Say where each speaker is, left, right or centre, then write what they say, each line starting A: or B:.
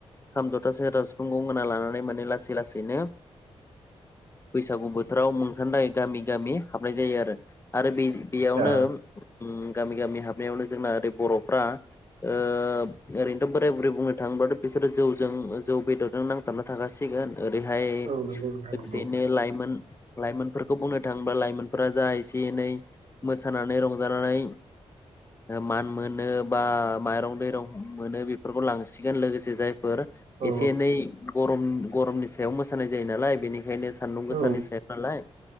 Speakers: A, on the left; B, on the right.
A: खाम जथा सेरजा सिफुं गंगोना लानानै माने लासै लासैनो बैसागु बोथोराव मुंसानो थाखाय गामि गामि हाबनाय जायो आरो। आरो बे बेयावनो
B: आदसा
A: ओम गामि गामि हाबनायावनो जोंना ओरै बर'फ्रा ओ ओरैनोथ' बोराय बुरै बुंनो थाङोब्लाथ' बिसोरो जौजों जौ बेदरजों नांथाबना थाखासिगोन। ओरैहाय
B: औ नंगौ नोंथां
A: लोगोसेयैनो
B: नंगौ
A: लाइमोन लाइमोनफोरखौ बुंनो थाङोब्ला लाइमोनफोरा जा एसे एनै मोसानानै रंजानानै मान मोनो बा माइरं दैरं मोनो बे फोरखौ लांसिगोन लोगोसे जाय फोर
B: औ
A: एसे एनै गरम गरमनि सायाव मोसानाय जायो नालाय बेनिखायनो सान्दुं गोसानि
B: औ
A: सायाव नालाय